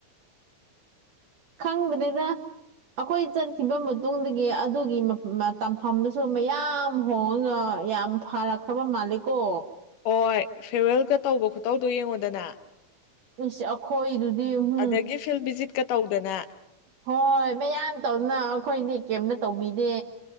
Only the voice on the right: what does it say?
ꯈꯪꯗ꯭ꯔꯦꯗ ꯑꯩꯈꯣꯏ ꯆꯠꯈꯤꯕ ꯃꯇꯨꯡꯗꯒꯤ ꯑꯗꯨꯒꯤ ꯃꯥ ꯃꯇꯝ ꯐꯝꯗꯨꯁꯨ ꯃꯌꯥꯝ ꯍꯣꯡꯉꯒ ꯌꯥꯝ ꯐꯥꯔꯥ ꯈ꯭ꯔꯕ ꯃꯥꯂꯦꯀꯣ
ꯏꯁ ꯑꯩꯈꯣꯏꯗꯨꯗꯤ ꯍꯨꯝ
ꯍꯣꯏ ꯃꯌꯥꯝ ꯇꯧꯅ ꯑꯩꯈꯣꯏꯗꯤ ꯀꯩꯝꯅ ꯇꯧꯕꯤꯗꯦ